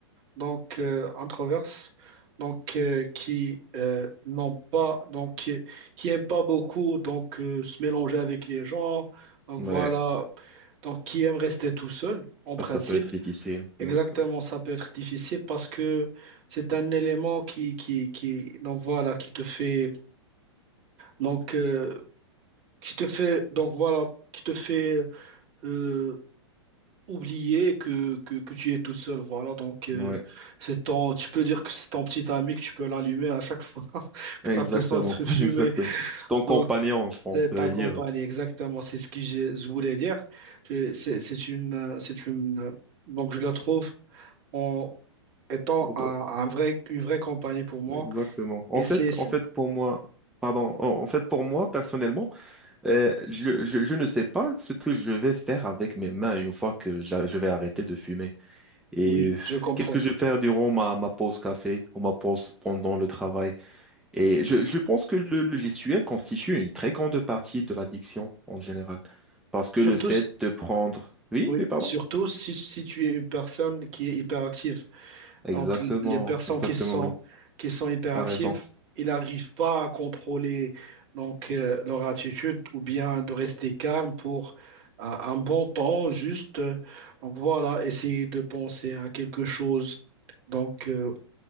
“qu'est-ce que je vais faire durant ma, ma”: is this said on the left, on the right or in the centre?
Centre